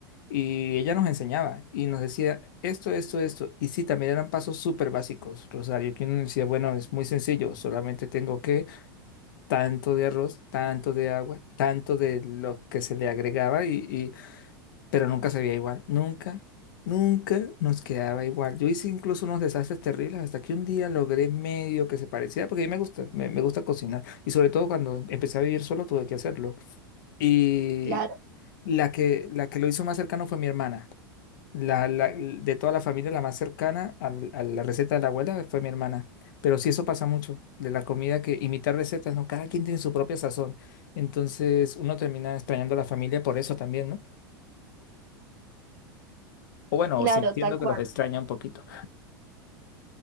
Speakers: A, on the left (about 60°); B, on the right (about 60°).
A: Y ella nos enseñaba y nos decía esto, esto, esto. Y sí, también eran pasos súper básicos, Rosario, que uno decía, bueno, es muy sencillo, solamente tengo que tanto de arroz, tanto de agua, tanto de lo que se le agregaba, y, y- pero nunca sabía igual, nunca, nunca nos quedaba igual. Yo hice incluso unos desastres terribles hasta que un día logré medio que se pareciera, porque a mí me gusta, me, me gusta cocinar, y sobre todo cuando empecé a vivir solo tuve que hacerlo. Y
B: Claro,
A: la que, la que lo hizo más cercano fue mi hermana. La, la- de toda la familia, la más cercana al- a, la receta de la abuela fue mi hermana. Pero sí, eso pasa mucho, de la comida que imitar recetas, ¿no? Cada quien tiene su propia sazón. Entonces uno termina extrañando a la familia por eso también, ¿no? O bueno,
B: claro,
A: o sintiendo
B: tal cual.
A: que los extraña un poquito.